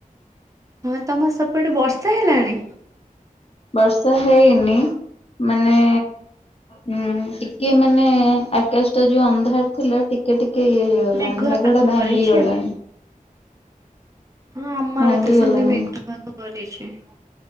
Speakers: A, on the right; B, on the left.
A: ହଁ ତମ ସେପଟେ ବର୍ଷା ହେଲାଣି?
B: ବର୍ଷା ହେଇନି ମାନେ ହୁଁ ଟିକେ ମାନେ ଆକାଶଟା ଯୋ ଅନ୍ଧାର ଥିଲା ଟିକେ ଟିକେ ଇଏ ହେଇ ଗଲାଣି
A: ମେଘୁଆ
B: ମେଟା
A: ପାଗ
B: ଭାଙ୍ଗି
A: କରିଛି
B: ଗଲାଣି।
A: ଆଉ ହଁ ଆମ
B: ଭାଙ୍ଗି
A: ଆରେ ତ ସିନ୍ଦୀ
B: ଗଲାଣି
A: ମେଘ ପାଗ କରିଛି।